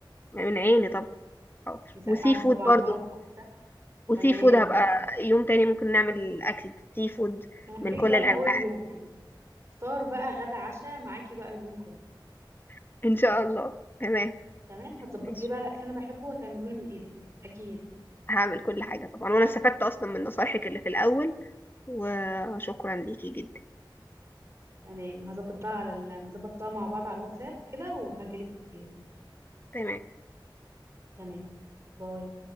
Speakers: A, on the left; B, on the right.
A: من عيني طبعا حاضر
B: مسقعه
A: وسي فود
B: طبعا
A: برضو
B: بقى وكفته
A: وسي
B: تمام
A: فود هبقى يوم تاني ممكن نعمل اكل سي فود
B: انا
A: من
B: هجيلك
A: كل
B: بقى
A: الانواع
B: من اول اليوم يعني فطار بقى غدا عشاء معاكي بقى اليوم كله
A: <laughs> ان شاء الله تمام
B: تمام هتظبطي
A: ماشي
B: لي بقى الاكل اللي انا بحبه وهتعمله لي من ايدك اكيد
A: هعمل كل حاجه طبعا وانا استفدت اصلا من نصايحك اللي في الاول وشكرا ليكي جدا
B: تمام هظبط بقى على ال... نظبط بقى مع بعض على الواتساب وكده وهجيلك فيه
A: تمام
B: تمام باي